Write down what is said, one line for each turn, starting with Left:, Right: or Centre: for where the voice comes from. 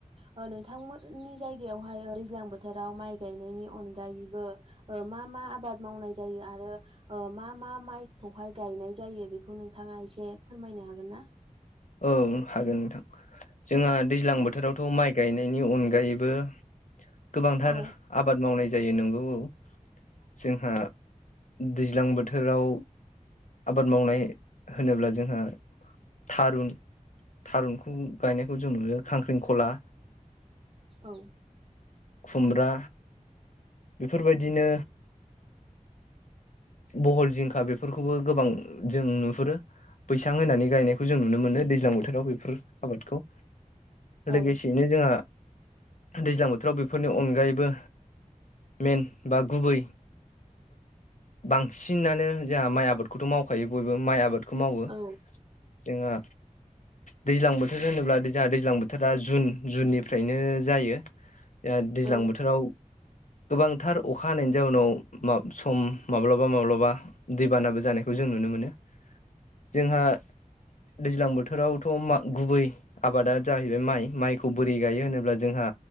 Right: ओ नोंथांमोननि जायगायावहाय दैज्लां बोथोराव माइ गायनायनि अनागायैबो ओ ओ मा मा आबाद मावनाय जायो आरो ओ मा मा माइखौहाय गायनाय जायो बेखौ नोंथाङा एसे फोरमायनो हागोन ना?
Left: ओं हागोन नोंथां। जोंहा दैज्लां
Right: औ
Left: बोथोरावथ' माइ गायनायनि अनगायैबो गोबांथार
Right: औ
Left: आबाद मावनाय जायो नंगौ औ। जोंहा दैज्लां बोथोराव आबाद मावनाय होनोब्ला जोंहा थारुन थारुनखौ गायनायखौ जों नुयो खांख्रिखला
Right: औ।
Left: खुमब्रा बेफोरबायदिनो बहल जिंखा बेफोरखौबो गोबां जों नुहुरो। बैसां होनानै गायनायखौ जों नुनो मोनो। दैज्लां बोथोराव बेफोर आबादखौ
Right: औ
Left: लोगोसेयैनो जोंहा दैज्लां बोथोराव बेफोरनि अनगायैबो मेन‌ बा गुबै बांसिनानो जाहा माइ आबादखौथ' मावखायो बयबो माइ आबाद खौ मावो
Right: औ
Left: जोंहा दैज्लां बोथोर होनोब्ला जोंहा दैज्लां बोथोरा जुन जुननिफ्रायनो जायो। ओ दैज्लां
Right: औ
Left: बोथोराव गोबांथार अखा हानायनि जाउनाव सम माब्लाबा माब्लाबा दैबानाबो जानाय बेखौ जों नुनो मोनो जोंहा दैज्लां बो थोरावथ' गुबै आबादा जाहैबाय माइ। माइखौ बोरै गायो होनोब्ला जोंहा